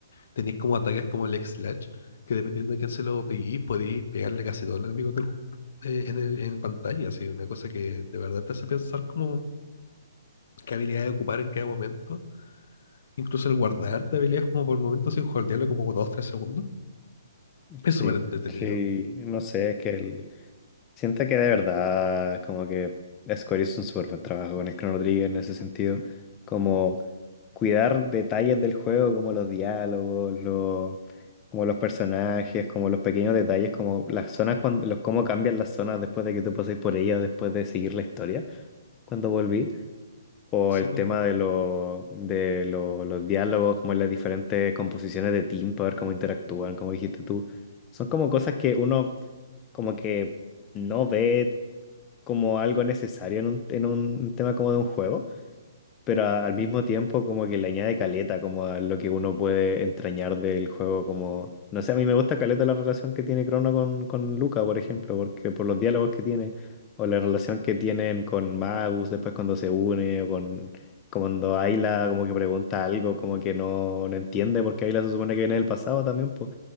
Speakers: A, on the left; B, on the left.
A: tenés como ataques como el X-Slash, que dependiendo de quién se lo peguís, podéis pegarle casi todos los enemigos del ju- eh, en, el- en pantalla, así, una cosa que de verdad te hace pensar como qué habilidades ocupar en cada momento Incluso el guardarte habilidades como por momentos sin holdearlo como dos, tres segundos. Es
B: Sí,
A: súper entretenido.
B: sí, no sé, es que el... siento que de verdad, como que Square hizo un súper buen trabajo con el Chrono Trigger en ese sentido, como cuidar detalles del juego, como los diálogos, los... como los personajes, como los pequeños detalles, como las zonas, cuando... los... cómo cambian las zonas después de que tú pases por ellas, después de seguir la historia, cuando volví. O
A: Sí,
B: el
A: pues,
B: tema de, lo- de lo- los diálogos, como las diferentes composiciones de tiempo, a ver cómo interactúan, como dijiste tú. Son como cosas que uno como que no ve como algo necesario en un, en un tema como de un juego pero a- al mismo tiempo como que le añade caleta, como a lo que uno puede entrañar del juego, como... No sé, a mí me gusta caleta la relación que tiene Crono con, con Luca, por ejemplo, porque por los diálogos que tiene, o la relación que tienen con Magus después cuando se une, o con... Cuando Ayla como que pregunta algo, como que no, no entiende, porque Ayla se supone que viene del pasado también, pues.